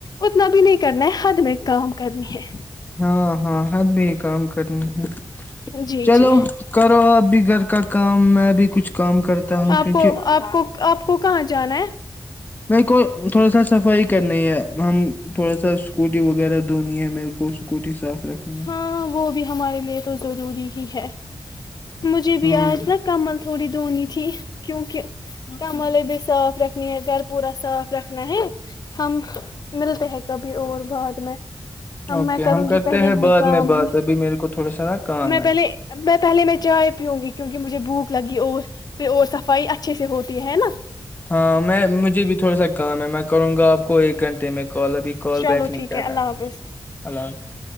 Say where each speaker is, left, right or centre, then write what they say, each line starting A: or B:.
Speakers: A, on the left; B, on the left.
A: اتنا بھی نہیں کرنا ہے حد میں کام کرنی ہے
B: ہاں ہاں ہر بھی کام کرنے
A: جی
B: چلو
A: جی
B: کرو آب گھر کا کام میں بھی کچھ کام کرتا ہوں
A: آپ
B: کیونکہ
A: کو آپ کو آپ کو کہاں جانا
B: میرے کو تھوڑا سا صفائی کرنی ہے ہم تھوڑا سا اسکوٹی وغیرہ دھونی ہے میرے کو اسکوٹی صاف رکھنی ہے
A: ہاں وہ بھی ہمارے لیے تو ضروری ہی ہے مجھے بھی
B: ہ
A: آج تھا کمل تھوڑی دھونی تھی کیوںک کام والے بھی صاف رکھنی ہے گھر پورا صاف رکھنا ہے ہم ملتے ہیں کبھی اور بعد میں
B: اوکے
A: میں کروں
B: ہم
A: گی
B: کرتے
A: پہلے
B: ہیں ب بعد
A: یہ کام
B: میں بات ہے ابھی میرے کو تھوڑا سا نا کام
A: میں
B: ہے
A: پہلے میں پہلے میں چائے پیوں گی کیونک مجھے بھوک لگی اور پھر اور صفائی اچھے سے ہوتی ت ہے نا
B: ہاں میں مجھے بھی تھوڑا سا کام ہے میں کروں گا آپ کو ایک گھنٹے میں کال ابھی کال
A: چلو
B: بیک نہیں
A: ٹھیک
B: کر
A: ہے اللہ
B: رہا
A: حافظ
B: اللہ حافظ